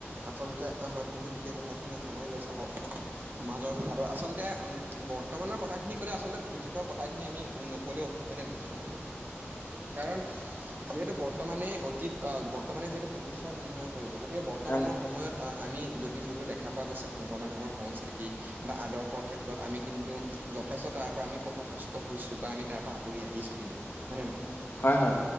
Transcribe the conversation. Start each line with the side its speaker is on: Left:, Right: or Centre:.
Right: আচলতে আহ তুমি গোটেই কথাখিনি সামৰি লৈছা বৰ্তমান সমাজৰ কথাটো আচলতে। বৰ্তমানৰ কথাখিনি কলে আচলতে ভৱিষ্যতৰ কথাখিনি আমি নক'লেও হয়। হয় নে নহয় চোৱা চোন কাৰণ যিহেতু বৰ্তমানে। অতীত বৰ্তমানে যিহেতু ভৱিষ্যত নিৰ্ণয় কৰিব গতিকে বৰ্তমানৰ
Left: হয়
Right: সময়ত। আমি যদি যোনটো দেখা পোৱা গৈছে শংকৰ মাধৱৰ সংস্কৃতি। বা আদৰ্শৰ ক্ষেত্ৰত আমি কিন্তু, যথেষ্ট তাৰ পৰা আমি পথভ্ৰষ্ট হৈছো বা আমি তাৰ পৰা আঁতৰি আহিছো কিন্তু, হয় নে নহয়?
Left: হয় হয়।